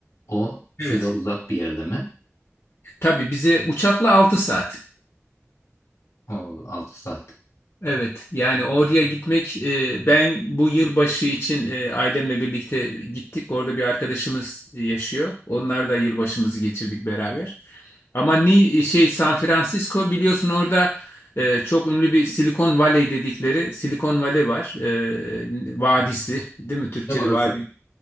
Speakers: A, on the left; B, on the left.
A: O size
B: Evet.
A: uzak bir yerde mi?
B: Tabii bize uçakla 6 saat.
A: O 6 saat.
B: Evet yani oraya gitmek e, ben bu yılbaşı için e, ailemle birlikte gittik. Orada bir arkadaşımız yaşıyor. Onlar da yılbaşımızı geçirdik beraber. Ama ni şey San Francisco biliyorsun orada e, çok ünlü bir Silikon Valley dedikleri Silikon Valley var. E, vadisi değil mi? Türkçe'de
A: Ve orası.
B: vadi.